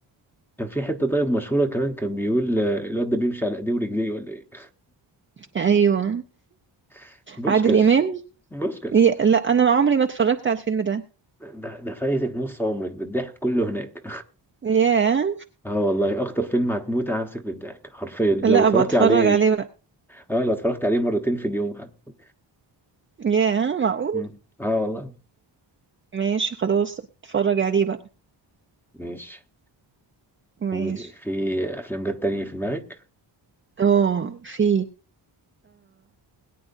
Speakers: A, in the centre; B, on the right.
A: كان في حتة طيب مشهورة كمان كان بيقول آه، الواد ده بيمشي على ايديه ورجليه ولا ايه
B: ايوه
A: <laughs> بوسكاس
B: عادل امام
A: بوسكاس
B: ي- لا انا عمري ما اتفرجت على الفيلم ده
A: ده ده فايتك نص عمرك بالضحك كله هناك
B: ياه
A: <laughs> اه والله اكتر فيلم هتموت هنفسك بالضحك حرفيا لو
B: لا
A: اتفرجت
B: ابقى اتفرج
A: عليه
B: عليه بقى
A: اه لو اتفرجت عليه مرتين في اليوم حتى
B: ياه معقول
A: مم. اه والله
B: ماشي خلاص اتفرج عليه بقى
A: ماشي
B: ماشي
A: قولي في افلام جت تانية في دماغك
B: اه في